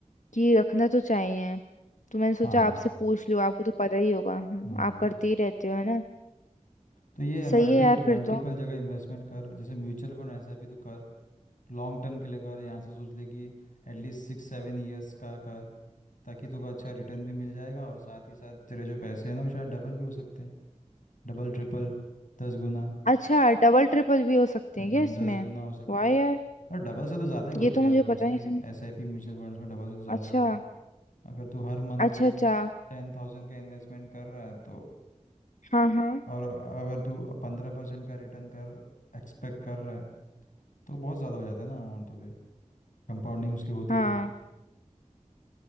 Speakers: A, on the left; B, on the left.
A: कि रखना तो चाहिए तो मैंने सोचा
B: हाँ
A: आपसे पूछ लूँ आपको तो पता ही होगा हम्म,
B: हम्म
A: आप करते ही रहते हो है ना
B: तो ये मल्टी
A: सही है यार फिर
B: मल्टीपल
A: तो
B: जगह इन्वेस्टमेंट कर जैसे म्यूचुअल फंड ऐसा भी तो कर लॉन्ग टर्म के लिए कर यहाँ से सोच ले कि एटलीस्ट सिक्स सेवन ईयर्स का कर ताकि तुमको अच्छा रिटर्न भी मिल जाएगा और साथ ही साथ तेरे जो पैसे हैं ना वो शायद डबल भी हो सकते हैं डबल ट्रिपल दस गुना
A: अच्छा डबल ट्रिपल भी हो सकते
B: हम्म,
A: हैं क्या इसमें
B: दस गुना हो सकते
A: वाह यार
B: हैं और डबल से तो ज़्यादा ही होते
A: ये तो मुझे
B: हैं अब
A: पता
B: इसलिए
A: नहीं था
B: S I P mutual funds में डबल से तो ज़्यादा
A: अच्छा
B: ही होती है अगर तू हर मंथली
A: अच्छा अच्छा
B: टेन थाउजेंड का इन्वेस्टमेंट कर रहा है तो
A: हाँ हाँ
B: और अगर तू पंद्रह परसेंट का रिटर्न कर एक्सपेक्ट कर रहा है तो बहुत ज़्यादा हो जाता है ना अमाउंट तो फिर कंपाउंडिंग उसकी होती
A: हाँ
B: रहेगी